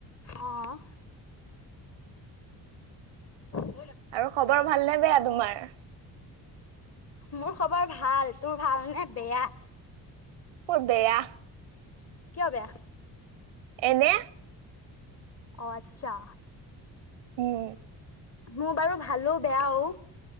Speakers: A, on the left; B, on the right.
A: অ' <unintelligible>
B: আৰু খবৰ ভালনে বেয়া তোমাৰ?
A: মোৰ খবৰ ভাল। তোৰ ভাল নে বেয়া!
B: মোৰ বেয়া
A: কিয় বেয়া!
B: এনে
A: অ', আচ্ছা।
B: উম।
A: মোৰ বাৰু ভালো বেয়াও।